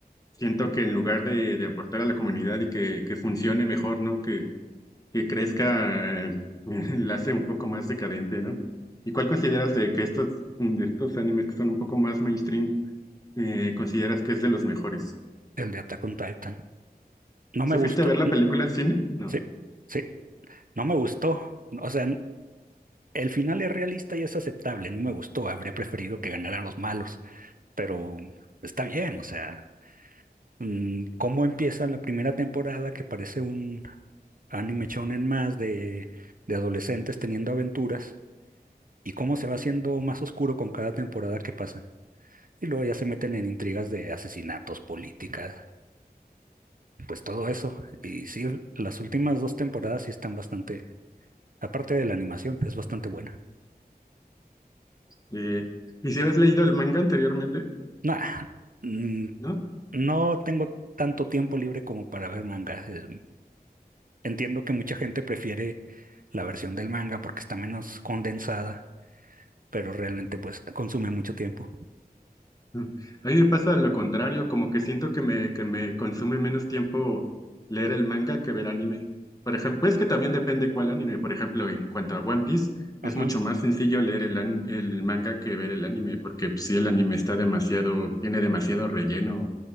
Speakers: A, on the left; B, on the right.
A: Siento que en lugar de, de aportar a la comunidad y que, que funcione mejor, ¿no? Que, que crezca, eh, <laughs> la hace un poco más decadente, ¿no? ¿Y cuál consideras de que estos, de estos animes que son un poco más mainstream, eh, consideras que es de los mejores?
B: el de Attack on Titan. No
A: ¿Si
B: me gustó.
A: fuiste a ver la
B: mm,
A: película al cine? No.
B: Sí, sí, no me gustó. O sea, n- el final es realista y es aceptable. No me gustó. Habría preferido que ganaran los malos, pero está bien, o sea. mm, cómo empieza la primera temporada que parece un anime shonen más de, de adolescentes teniendo aventuras y cómo se va haciendo más oscuro con cada temporada que pasa. Y luego ya se meten en intrigas de asesinatos, políticas, pues todo eso. Y sí, las últimas dos temporadas sí están bastante, aparte de la animación, es bastante buena.
A: Eh, ¿y si habías leído el manga anteriormente?
B: Nah, mm,
A: ¿No?
B: no tengo tanto tiempo libre como para ver manga. Eh, Entiendo que mucha gente prefiere la versión del manga porque está menos condensada pero realmente pues consume mucho tiempo.
A: Mm. A mí me pasa lo contrario, como que siento que me, que me consume menos tiempo leer el manga que ver anime. Por ejemplo, es que también depende cuál anime. Por ejemplo, en cuanto a One Piece,
B: Ajá.
A: es mucho más sencillo leer el, an- el manga que ver el anime, porque si el anime está demasiado, tiene demasiado relleno,